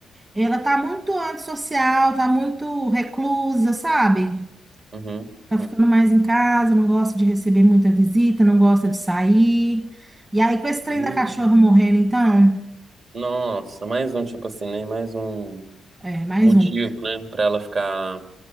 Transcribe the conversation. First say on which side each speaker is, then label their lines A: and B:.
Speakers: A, on the right; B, on the right.
A: Ela tá muito antissocial, tá muito reclusa, sabe?
B: Uhum,
A: Tá
B: uhum.
A: ficando mais em casa, não gosta de receber muita visita, não gosta de sair. E aí, com esse trem
B: E,
A: da cachorra morrendo, então,
B: nossa, mais um, tipo assim, né? Mais um
A: é, mais
B: motivo,
A: um.
B: né? Pra ela ficar